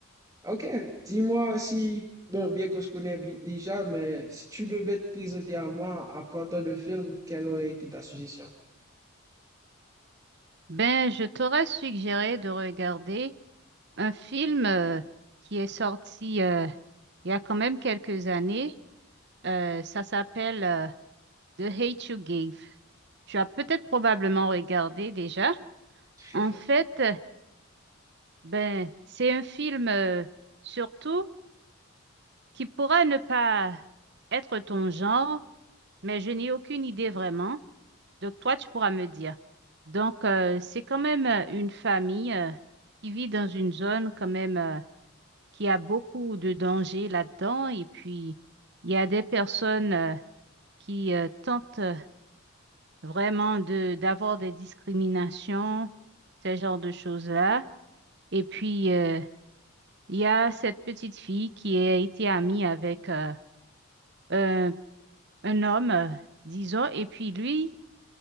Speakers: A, on the right; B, on the right.
A: Ok, dis-moi si, bon, bien qu'on se connaît bi- déjà, mais si tu devais te présenter à moi à partir de film, quelle aurait été ta suggestion?
B: Ben, je t'aurais suggéré de regarder un film euh, qui est sorti euh, il y a quand même quelques années. Euh, ça s'appelle euh, The Hate You Gave. Tu as peut-être probablement regardé déjà.
A: <laughs>
B: En fait, euh, ben, c'est un film euh, surtout qui pourrait ne pas être ton genre mais je n'ai aucune idée vraiment. Donc, toi, tu pourras me dire. Donc, euh, c'est quand même euh, une famille euh, qui vit dans une zone quand même euh, qui a beaucoup de dangers là-dedans. Et puis, il y a des personnes euh, qui euh, tentent euh, vraiment de d'avoir des discriminations, ce genre de choses-là. Et puis, euh, il y a cette petite fille qui a été amie avec euh, un, un homme, euh, disons, et puis lui,